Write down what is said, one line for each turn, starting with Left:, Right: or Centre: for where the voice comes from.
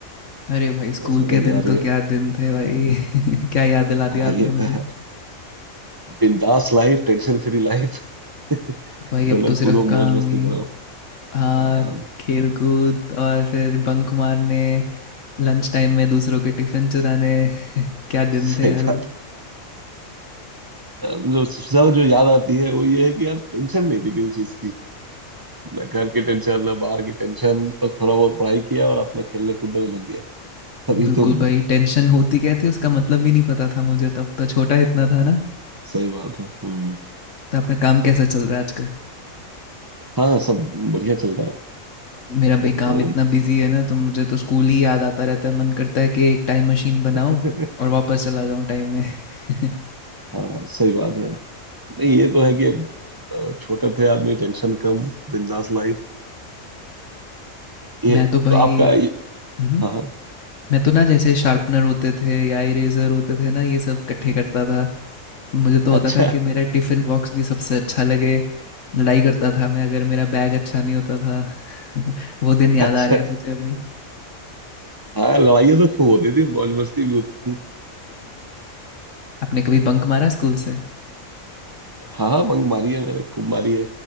Left: अरे भाई स्कूल
Right: तो सोचा
Left: के
Right: कि
Left: दिन
Right: यार
Left: तो
Right: ये
Left: क्या दिन थे भाई <laughs> क्या याद दिला
Right: हाँ
Left: दिया आपने
Right: ये
Left: मुझे
Right: तो है बिंदास लाइफ टेंशन फ्री लाइफ <laughs>
Left: भाई
Right: खेलो
Left: अब तो सिर्फ
Right: कूदो
Left: काम
Right: मौज मस्ती
Left: ही
Right: करो
Left: हाँ
Right: अम,
Left: खेल कूद और फिर बंक मारने लंच टाइम में दूसरों के टिफिन चुराने <laughs> क्या दिन
Right: सही
Left: थे यार वो
Right: बात अम, जो सबसे ज्यादा जो याद आती है वो ये है कि यार टेंशन नहीं थी किसी चीज की ना घर की टेंशन ना बाहर की टेंशन बस थोड़ा बहुत पढ़ाई किया और अपना खेलने कूदने में लग गए अभी
Left: बिल्कुल
Right: तो
Left: भाई टेंशन होती क्या थी उसका मतलब भी नहीं पता था मुझे तब तो छोटा इतना था ना
Right: सही बात है हम्म
Left: तो आपका काम कैसा चल रहा है आजकल
Right: हाँ सब बढ़िया चल रहा है
Left: मेरा भाई काम
Right: तो
Left: इतना बिजी है ना तो मुझे तो स्कूल ही याद आता रहता है मन करता है कि एक टाइम मशीन बनाओ
Right: <laughs>
Left: और वापस चला जाऊं टाइम में <laughs>
Right: हाँ सही बात है नहीं ये तो है कि अ, छोटे थे आदमी टेंशन कम बिंदास लाइफ ये
Left: मैं तो भाई
Right: तो आपका ये-
Left: हम्म,
Right: हाँ हाँ
Left: मैं तो ना जैसे शार्पनर होते थे या इरेजर होते थे ना ये सब इकट्ठे करता था मुझे तो होता
Right: अच्छा
Left: था कि मेरा टिफिन बॉक्स भी सबसे अच्छा लगे लड़ाई करता था मैं अगर मेरा बैग अच्छा नहीं होता था <laughs> वो दिन याद
Right: अच्छा
Left: आ रहे हैं मुझे अभी
Right: हाँ लड़ाइयाँ तो खूब होती थी मौज मस्ती भी होती थी
Left: आपने कभी बंक मारा स्कूल से
Right: हाँ हाँ बंक मारी है मैंने खूब मारी है